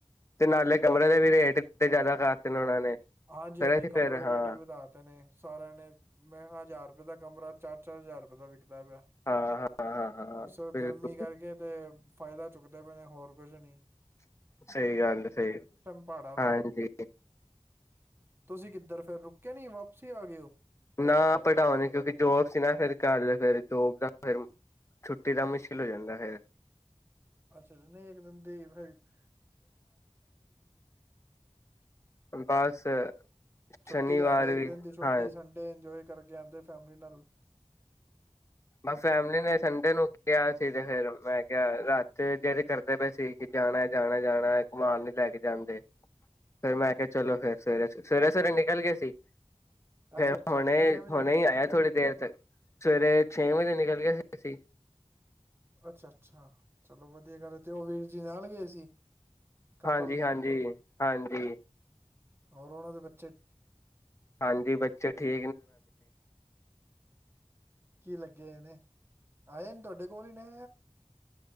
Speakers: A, on the left; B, on the right.
A: ਤੇ ਨਾਲੇ ਕਮਰੇ ਦੇ ਵੀ ਰੇਟ ਕਿ <unintelligible> ਜ਼ਿਆਦਾ ਕਰਤੇ ਨੇ ਉਹਨਾਂ ਨੇ
B: ਹਾਂਜੀ
A: ਫੇਰ
B: ਹਾਂਜੀ
A: ਅਸੀਂ
B: ਕਮਰੇ
A: ਫੇਰ ਹਾਂ
B: ਰੇਟ ਵੀ ਵਧਾਤੇ ਨੇ ਸਾਰਿਆਂ ਨੇ ਮੈਂ ਹਜ਼ਾਰ ਦਾ ਕਮਰਾ ਚਾਰ ਚਾਰ ਹਜ਼ਾਰ ਰੁਪਏ ਦਾ ਵਿਕ ਕਦਾ ਪਿਆ
A: ਹਾਂ ਹਾਂ ਹਾਂ ਹਾਂ
B: ਉਸ
A: ਬਿਲਕੁਲ
B: ਗਰਮੀ ਕਰਕੇ ਤੇ ਫਾਇਦਾ ਚੁੱਕਦੇ ਪਏ ਨੇ ਹੋਰ ਕੁਝ ਨੀ
A: ਸਹੀ ਗੱਲ ਹੈ ਸਹੀ
B: ਪਹਾੜਾਂ ਦਾ
A: ਹਾਂਜੀ
B: ਤੁਸੀਂ ਕਿੱਧਰ ਫਿਰ ਰੁਕੇ ਨੀ ਵਾਪਸੀ ਆ ਗਏ ਓ
A: ਨਾ ਪੜ੍ਹਾਉਣੇ ਕਿਉਂਕਿ ਜੋਬ ਸੀ ਨਾ ਫਿਰ ਕਰ ਲ ਫਿਰ ਜੋਬ ਦਾ ਫਿਰ ਛੁੱਟੀ ਦਾ ਮੁਸ਼ਕਿਲ ਹੋ ਜਾਂਦਾ ਫਿਰ
B: ਅੱਛਾ ਅੱ ਨਹੀਂ ਇੱਕ ਦਿਨ ਦੀ ਰੀਫ
A: ਬਸ
B: ਛੁੱਟੀ
A: ਸ਼ਨੀਵਾਰ
B: ਲੈ ਕੇ ਇੱਕ
A: ਵੀ
B: ਦਿਨ ਦੀ ਛੁੱਟੀ
A: ਹਾਂ
B: ਸੰਡੇ ਇੰਜੋਏ ਕਰਕੇ ਆਂਦੇ ਫੈਮਿਲੀ ਨਾਲ
A: ਮੈਂ ਫੈਮਲੀ ਨੇ ਸੰਡੇ ਨੂੰ ਕਿਹਾ ਸੀ ਤੇ ਫਿਰ ਮੈਂ ਕਿਹਾ ਰਾਤ ਜ ਕਰਦੇ ਪਏ ਸੀ ਕਿ ਜਾਣਾ ਜਾਣਾ ਜਾਣਾ ਘੁਮਾਣ ਨ ਲੈ ਕੇ ਜਾਂਦੇ ਫਿਰ ਮੈਂ ਕਿਹਾ ਚਲੋ ਫਿਰ ਸਵੇਰੇ ਸਵੇਰੇ ਸਵੇਰੇ ਨਿਕਲ ਗਏ ਸੀ ਫੇਰ
B: ਅੱਛਾ ਅੱਛਾ
A: ਹੁਣੇ
B: ਕਿੰਨੇ ਵਜੇ
A: ਹੁਣੇ
B: ਨਿਕਲੇ
A: ਹੀ ਆਇਆ
B: ਹੋ
A: ਥੋੜੀ ਦੇਰ ਤੱਕ ਸਵੇਰੇ ਨਿਕਲ ਗਏ ਸੀ ਸੀ
B: ਅੱਛਾ ਅੱਛਾ ਚਲੋ <inaudible> ਚਲ ਵਧੀਆ ਗੱਲ ਤੇ ਉਹ ਵੀਰ ਜੀ ਨਾਲ ਗਏ ਸੀ ਕਪਲ
A: ਹਾਂਜੀ ਹਾਂਜੀ ਹਾਂਜੀ
B: ਹੋਰ ਉਹਨਾਂ ਦੇ ਬੱ
A: ਹਾਂਜੀ ਬੱਚੇ ਠੀ
B: ਕੀ ਲੱਗੇ ਇਹਨੇ ਏ ਨੇ